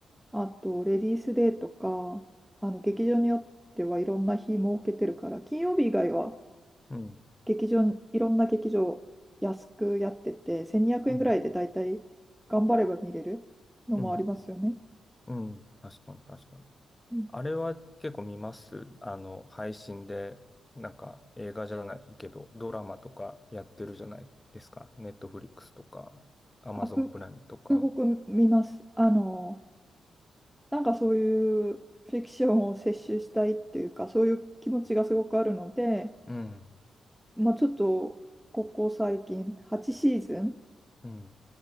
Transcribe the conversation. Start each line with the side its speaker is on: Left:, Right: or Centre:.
Centre: あとレディースデーとか、あの劇場によってはいろんな日設けてるから、金曜日以外は
Left: うん、
Centre: 劇場、いろんな劇場安くやってて、1200円ぐらいでだいたい頑張れば見れるのもありますよね。
Left: うん、うん、うん。確かに、確かに。
Centre: うん
Left: あれは結構見ます。あの、配信で、なんか映画じゃないけど、ドラマとかやってるじゃないですか。ネットフリックスとか、アマゾンプライムとか。
Centre: あ、す、すごく見ます。あの、なんかそういうフィクションを摂取したいっていうか、そういう気持ちがすごくあるので、
Left: うん、
Centre: まあ、ちょっとここ最近8シーズン
Left: うん、